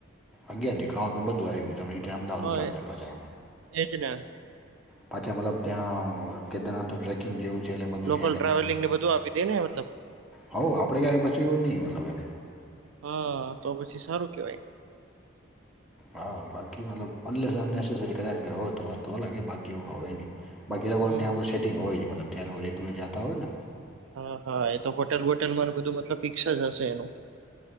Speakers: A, in the centre; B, on the right.
A: અગયા દેખાવો કે એ બધું ગયું અમદાવાદ
B: હા
A: ઉતારડે
B: એ
A: પછા.
B: એજ ને
A: પાછા મતલબ ત્યા કેદરના તો ટ્રેકિંગ જેવું છે એટલે બધું
B: લોકલ
A: ત્યાં
B: ટ્રાવેલિંગ
A: નામ
B: ને બધું આપી દે ને મતલબ
A: હઉ આપણે ક્યાંય પછી એવું નહીં મતલબ એમ.
B: હા તો પછી સારું કેવાય.
A: હા બાકી મતલબ અનલેસ અનનેસેસરી કદાચ ગયા હોય તો વસ્તુ અલગ કે બાકી એવું કશું હોય નહીં. બાકી લોકોન
B: હમ
A: ત્યાં બૂ સેટિંગ હોય જ મલબ ત્યા લોકો રેગ્યુલર જાતા હોયને.
B: હા હા એ તો હોટેલ બોટેલમાં બધું મતલબ પિક્સ જ હશે એનું.